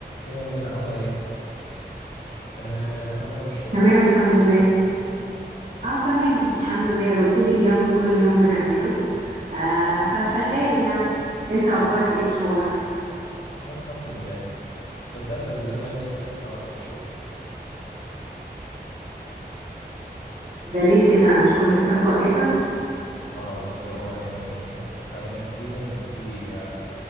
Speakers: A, on the left (about 80°); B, on the right (about 50°).
A: ايه يا أميرة عاملة ايه؟ آه أخبار الشغل؟
B: تمام الحمد لله اه تمام الحمد لله الروتين اليومي كل يوم بنعمله آه فشغال يعني انت اخبارك ايه في شغلك
A: آه الحمد لله صدق منزلين لنا يوم السبت النهاردة في الشغل
B: ده ليه كده مش كنت بتاخده اجازة
A: اه بس هو يعني آه، تعليمات جديدة إن في آه،